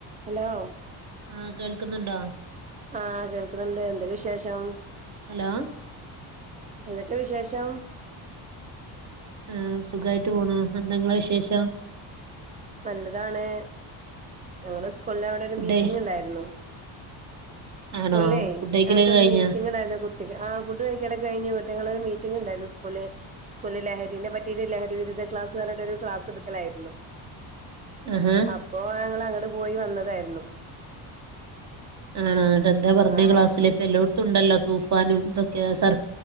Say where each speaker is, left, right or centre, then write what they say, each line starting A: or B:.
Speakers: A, on the right; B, on the right.
A: ഹലോ-
B: ആഹ് കേൾക്കുന്ന്ണ്ടോ?
A: ആഹ് കേൾക്കുന്ന്ണ്ട് എന്ത് വിശേഷം?
B: ഹലോ-
A: എന്തൊക്കെ വിശേഷം?
B: ആഹ് സുഖായിട്ട് പോണു എന്താങ്ങള വിശേഷം-
A: നല്ലതാണ്- ഞങ്ങള് - സ്കൂൾടവിടെ ഒരു
B: ഫുഡ്
A: മീറ്റിംഗ് ഉണ്ടായിരുന്നു-
B: ആണോ
A: സ്കൂള്ലേ
B: ഫുഡ് കഴിക്കലൊക്കെ
A: ഞങക്കൊരു
B: കഴിഞ്ഞോ
A: മീറ്റിംഗണ്ടായിുന്ന കുട്ട് ആ ഫുഡ് കഴിക്കലൊക്കെ കഴിഞ്ഞു ഞങ്ങള് മീറ്റിംഗ ഉണ്ടായിരുന്നു സ്കൂളി സ്കൂലിൽ ലഹരിനെ പറ്റിയ ഒരു ലഹരി വിരുദ്ധ ക്ലാസ് പറഞ്ഞട്ട ഒരു ക്ലാസ് എടുക്കലായിരുന്നു-
B: ആഹാ
A: അപ്പൊ ആ- ങ്ങള് അങ്ങട് പോയി വന്നതായിരുന്നു-
B: ആണോ ങ്ങട്ടെന്താ പർഞ്ഞേ
A: ആഹ്
B: ക്ലാസ്സില് ഇപ്പല്ലോട്ത്തുണ്ടല്ലോ തൂഫാനും ഇതൊക്കെ സർ